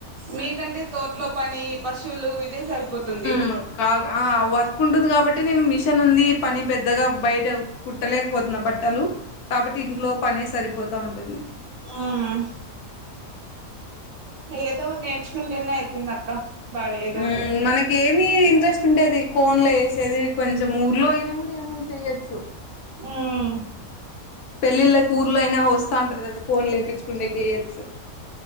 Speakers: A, on the right (about 30°); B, on the left (about 85°).
A: మీకంటే తోట్లో పనీ పశువులు ఇదే సరిపోతుంది
B: మ్ కాహ్ ఆ వర్క్ ఉంటుంది కాబట్ నేను మిషన్ ఉందీ పని పెద్దగా బయట కుట్టలేకపోత్న బట్టలు కాబట్టి ఇంట్లో పనే సరిపోతా ఉంటుంది.
A: హ్మ్ ఏదో ఒకటి నేర్చుకుంటేనే అయితుంది అక్క బాగా ఏదో
B: హ్మ్
A: ఒకటి
B: మనకి ఏమి ఇంట్రెస్ట్ ఉండేది కోన్లో వేసేది కొంచెం ఊర్లో అయినా కూడా ఏమో చేయొచ్చు
A: హ్మ్
B: పెళ్ళిళ్ళకి ఊర్లో అయినా వస్తా ఉంటారు కదా కోన్ లేపించుకుంటే కే ఏయొచ్చు